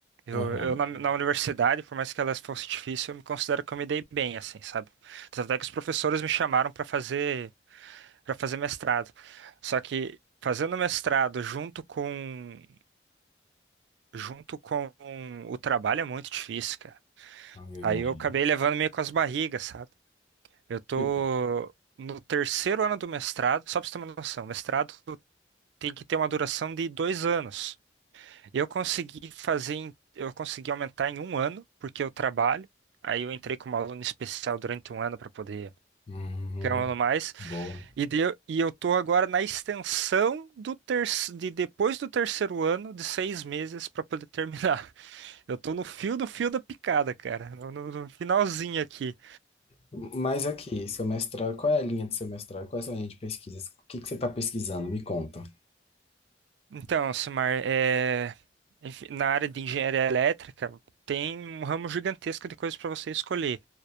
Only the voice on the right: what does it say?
Eu,
eu na, na universidade, por mais que elas fosse difícil, eu me considero que eu me dei bem, assim, sabe? Tanto é que os professores me chamaram para fazer para fazer mestrado. Só que fazendo mestrado junto com junto com o trabalho é muito difícil, cara.
Aí eu acabei levando meio com as barrigas, sabe? Eu tô
no terceiro ano do mestrado, só pra você ter uma noção, mestrado tem que ter uma duração de dois anos. Eu consegui fazer, em- eu consegui aumentar em um ano, porque eu trabalho. Aí eu entrei como aluno especial durante um ano para poder
ganhar um ano mais.
E, deu, e eu tô agora na extensão do terce- de depois do terceiro ano de seis meses para poder terminar. <laughs> Eu tô no fio do fio da picada, cara, no, no no finalzinho aqui.
Então, Simar, é, enfim, na área de engenharia elétrica tem um ramo gigantesco de coisas para você escolher.